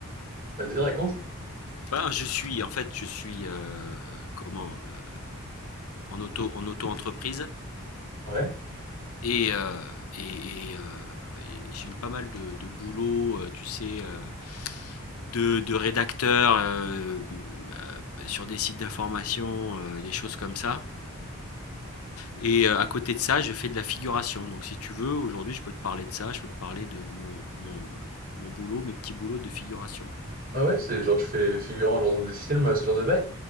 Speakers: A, on the right; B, on the left.
A: vas-y, raconte.
B: Enfin, je suis, en fait, je suis, heu, comment? Heu, en auto en auto-entreprise
A: Ouais.
B: et heu et et heu et j'ai eu pas mal de de boulot, heu, tu sais, heu, de de rédacteur, hem, heu, sur des sites d'information, heu, des choses comme ça et heu, à côté de ça, je fais de la figuration. Donc si tu veux, aujourd'hui, je peux te parler de ça, je peux te parler de mon mon, heu, mon boulot, mes petits boulots de figuration.
A: Ah ouais, c'est genre tu fais figurant genre dans des films, euh, ce genre de bail?